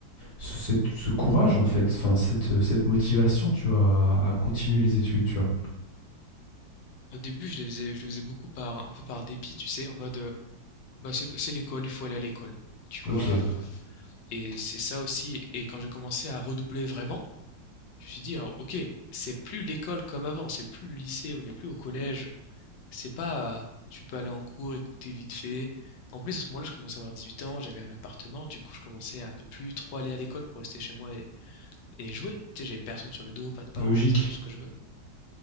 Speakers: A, on the left (about 60°); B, on the left (about 75°).
A: ce cette ce courage, en fait? Enfin, cette, euh, cette motivation, tu vois, à à continuer les études, tu vois?
B: Au début, je les faisais, je le faisais beaucoup par, un peu par dépit, tu sais, en mode, euh, bah c'est c'est l'école, il faut aller à l'école, tu
A: OK,
B: vois. euh, et c'est ça aussi. Et quand j'ai commencé à redoubler vraiment, Je me suis dit, hein, ok, c'est plus l'école comme avant, c'est plus le lycée, on n'est plus au collège. C'est pas, euh, tu peux aller en cours, écouter vite fait. En plus, à ce moment-là, je commençais à avoir 18 ans, j'avais un appartement, du coup, je commençais à ne plus trop aller à l'école pour rester chez moi et, et jouer. Tu sais, j'avais personne sur le dos, pas de parents,
A: logique.
B: je faisais un peu ce que je veux, quoi.